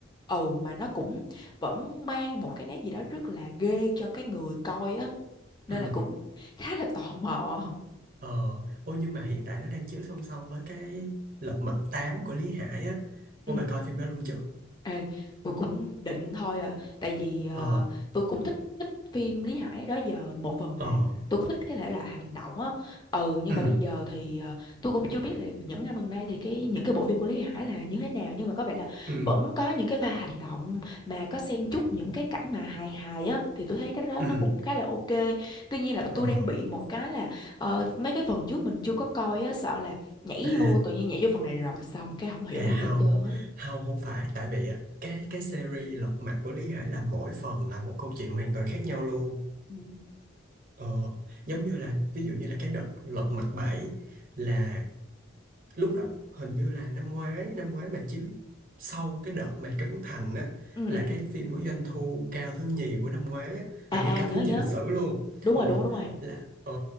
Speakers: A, on the left; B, on the right.
A: ừ mà nó cũng vẫn mang một cái nét gì đó rất là ghê cho cái người coi á nên
B: ừ
A: là cũng khá là tò mò
B: ờ ôi nhưng mà hiện tại nó đang chiếu song song với cái Lật Mặt 8 của Lý Hải á
A: ừ
B: ôi bà coi
A: ừ.
B: phim đó luôn chưa
A: Ê, tôi cũng định thôi à tại vì ờ,
B: ờ
A: tôi cũng thích thích phim Lý Hải đó giờ một phần là
B: ờ
A: tôi cũng thích cái thể loại hành động á ừ nhưng
B: ừ
A: mà bây giờ thì ờ, tôi cũng chưa biết là những năm gần đây thì cái những cái bộ phim của Lý Hải là như thế nào nhưng mà có vẻ là
B: ừ
A: vẫn có những cái pha hành động mà có xen chút những cái cảnh mà hài hài á thì tôi thấy cái đó
B: ừ
A: nó cũng khá là ok tuy nhiên là
B: ờ
A: tôi đang bị một cái là ờ, mấy cái phần trước mình chưa có coi á sợ là nhảy
B: ờ
A: vô tự nhiên nhảy vô phần này rồi xong cái không hiểu
B: à
A: gì hết
B: không
A: trơn hết á
B: không không phải tại vì á cái cái series Lật Mặt của Lý Hải là mỗi phần là một câu chuyện hoàn toàn khác nhau luôn
A: Ừ.
B: ờ giống như là ví dụ như là cái đợt Lật Mặt 7 là lúc đó hình như là năm ngoái năm ngoái mà chiếu sau cái đợt mà Trấn Thành á
A: ừ
B: là
A: ừ
B: cái
A: ừ
B: phim có doanh thu cao thứ nhì của năm ngoái á
A: à
B: hình như cao
A: à nhớ
B: thứ nhì
A: nhớ
B: lịch sử luôn
A: đúng
B: ờ
A: rồi đúng rồi đúng rồi
B: là ờ